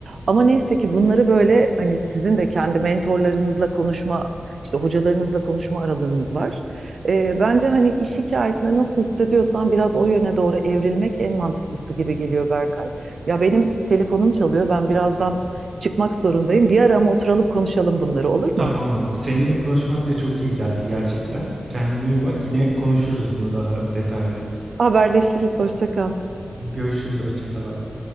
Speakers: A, on the right; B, on the right.
A: Ama neyse ki bunları böyle hani sizin de kendi mentorlarınızla konuşma, işte hocalarınızla konuşma aralığınız var. Ee, bence hani iş hikayesinde nasıl hissediyorsan biraz o yöne doğru evrilmek en mantıklısı gibi geliyor Berkay. Ya benim telefonum çalıyor. Ben birazdan çıkmak zorundayım. Bir ara ama oturalım konuşalım bunları olur
B: Tamam
A: mu?
B: abla. Seninle konuşmak da çok iyi geldi gerçekten. Kendine iyi bak. Yine konuşuruz bunu daha detaylı.
A: Haberleşiriz. Hoşça kal.
B: Görüşürüz. Hoşça kal abla.